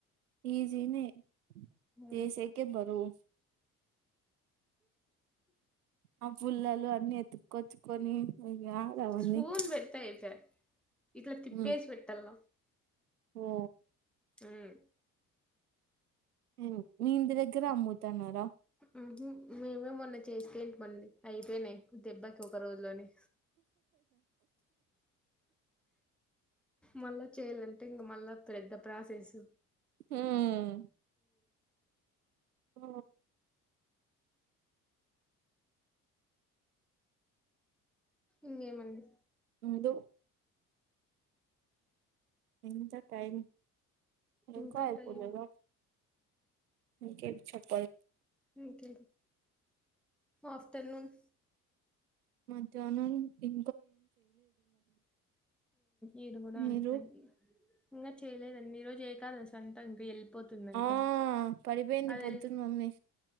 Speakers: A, on the right; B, in the centre.
A: ఈజీనే
B: ఉమ్
A: చేసేకే బరువు ఆ పుల్లలు అ న్ని ఎత్తుకొచ్చుకొని యాడ అవన్నీ
B: స్పూన్ పెడితే అయిపాయ్ ఇట్లా తిప్పేసి
A: ఆ
B: పెట్టాల
A: ఓ
B: ఉమ్
A: హ్మ్ మీ ఇంటి దగ్గర అమ్ముతన్నారా
B: ఉహు మేమే మొన్న చేసుకొయింటిమి అండి అయిపేయినాయ్ దెబ్బకి ఒక రోజుల్లోనే మళ్ళా చేయాలంటే ఇంకా మళ్ళా ప్రెద్ద ప్రాసెసు
A: హ్మ్ ఓ
B: ఇంకేమండి
A: ఉందొ ఎంత టైం ఇంకా
B: ఇంత
A: అయిపోలేదా
B: టైం
A: మీకే ప్ చెప్
B: ఇంకేం ఆఫ్టర్నూన్
A: మధ్యాహ్నం ఇ
B: ఈడకూడా
A: మీరు
B: అంతేండి ఇంకా చేయలేదండి ఈరోజు ఏకాదశి సంతంక్ వీల్ పోతుందంట
A: ఆ పడిపోయింది
B: అది
A: పొద్దున
B: ఎల్
A: మమ్మీ